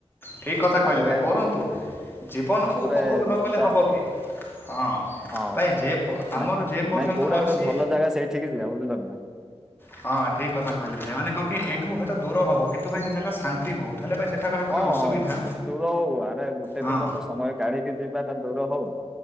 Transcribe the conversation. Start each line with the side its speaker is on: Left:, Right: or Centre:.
Left: ଠିକ କଥା
Centre: ତାପରେ
Left: କହିଲେ ଭାଇ କରନ୍ତୁ। ଜୀବନକୁ
Centre: ତାପରେ
Left: ଉପଭୋଗ ନ
Centre: ଯିବା
Left: କଲେ ହବ କି। ହଁ।,
Centre: ଆଉ
Left: ଭାଇ
Centre: ହଁ
Left: ଯେ, ଆମର
Centre: ନାଇଁ
Left: ଯେ ପର୍ଯ୍ୟନ୍ତ
Centre: ନାଇଁ କୋଉଟା
Left: ଅଛି
Centre: ଗୋଟେ ଭଲ ଜାଗା ସେଇଠିକି ଯିବା ବୁଝିଲ ନା।
Left: ହଁ ଠିକ କଥା କହିଲେ ଭାଇ, ମାନେ କଣ କି
Centre: ହଁ
Left: ଏଇଠୁ ହୁଏତ ଦୂର ହବ। କିନ୍ତୁ ଭାଇ ସେ ଜାଗା ଶାନ୍ତି ବହୁତ। ହେଲେ ଭାଇ ସେଠାକାର ଗୋଟେ
Centre: ହଁ
Left: ଅସୁବିଧା
Centre: ହଁ ଆ ଦୂର ହଉ, ଆରେ ଗୋଟେ
Left: ହଁ
Centre: ଦିନ ତ ସମୟ କାଢିକି ଯିବା ତ ଦୂର ହଉ।